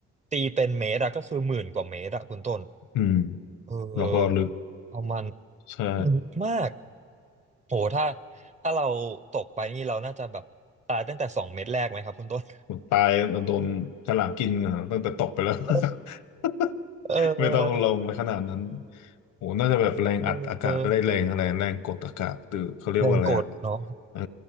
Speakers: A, on the right; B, on the left.
A: ตีเป็นเมตรอะก็คือหมื่นกว่าเมตรอะคุณต้น
B: อืม
A: เออ
B: แล้วก็ลึก
A: เอามัน
B: ใช่
A: <clears throat> ลึกมากโหถ้าถ้าเราตกไปนี่เราน่าจะแบบตายตั้งแต่สองเม็ดแรกไหมครับคุณต้น
B: ตายโดนฉลามกินอ่ะตั้งแต่ตกไปแล้ว
A: เออ
B: <laughs>
A: เออ
B: ไม่ต้องลงไปขนาดนั้นโหน่าจะแบบแรงอัดอากาศได้แรงอะไรแรงกดอากาศตือเขาเรียกว่าอะไรอะ
A: เออแรงกดเนาะ
B: เออ